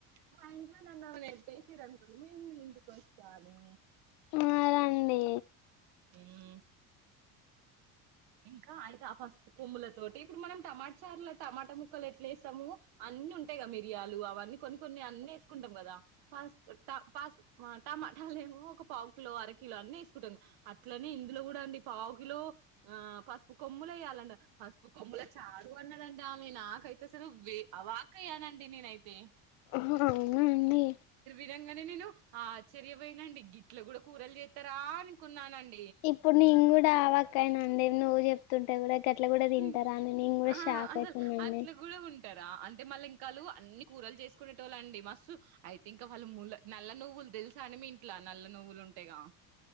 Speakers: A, on the right (about 70°); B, on the left (about 85°).
A: మా ఇంట్లో నన్ను ఏమన్నా నేటేసిన్లు అనుకోండి నేన్ మీ ఇంటికి వస్తాను
B: ఆ రండి
A: ఉమ్ ఇంకా అయితే ఆ పసుపు కొమ్ములది. తోటి ఇప్పుడు మనం టమాటా చార్ల టమాటా ముక్కలు ఎట్లా వేస్తాము, అన్ని ఉంటాయి కద మిరియాలు అవన్నీ కొన్ని కొన్ని అన్ని వేసుకుంటాం కదా. పాస్ ట పాస్ మార్ట్ టమాటాలు ఏమో ఒక పావు కిలో అరకిలో అన్ని వేసుకుంటాంది అట్లనే ఇందులో కూడా అండి పావు కిలో ఆ పసుపు కొమ్ములు వయ్యాలంట పసుపు కొమ్ముల చారు అన్నది అండి ఆమె, నాకైతే అసలు వే అవాక అయ్యానండి నేనైతే.
B: హా రాను అవునండి
A: నిజంగానే నేను ఆశ్చర్యపోయిన అండి గిట్లు కూడా కూరలు చేస్తారా అనుకున్నానండి.
B: ఇప్పుడు నీను కూడా ఆవక్కయినా నేను నువ్వు చెప్తుంటే కూడా గట్ల కూడా తింటారా
A: ఉమ్
B: అని నేను కూడా
A: ఆ
B: షాక్
A: అసలు
B: అయితునండి
A: అట్లా కూడా ఉంటారా అంటే మళ్ళీ ఇంకాలు అన్ని కూరలు చేసుకునే తోలండి మస్తు అయితే ఇంకా వాళ్ళు ముల్ల నల్ల నువ్వులు తెలుసా అనే మీ ఇంట్లా నల్ల నువ్వులు ఉంటేగా